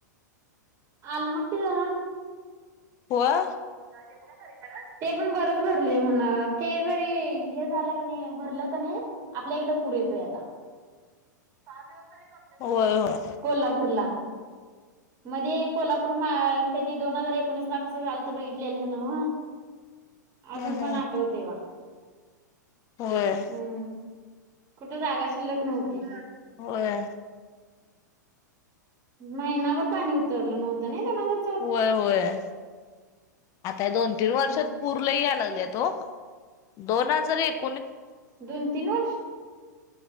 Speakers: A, on the right (about 30°); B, on the left (about 30°).
A: आलमाट्टी धरण
B: व्ह
A: <unintelligible> <unintelligible> ते पण बरच भरले म्हणा ते जरी हे झाले क नाही भरलं क नाही आपल्या इकड पुरे येतोय आता पाच दिवस तरी, <unintelligible>
B: होय होय
A: कोल्हापूरला मध्ये <unintelligible> कोल्हापूर म कधी दोन हजार एकोणीस ला कसं झालंत बघितलेलं ना अजून
B: हम्म
A: पण आठवतेव्हा
B: होय,
A: हम्म, कुठ जागा शिल्लक नव्हती
B: होय,
A: महिनावर पाणी उतरलं नव्हतं नाही <unintelligible>
B: होय होय, आता या दोन
A: हम्म
B: तीन वर्षात पुर लय यायला लागले तो, दोन हजार एक
A: दोन तीन वर्ष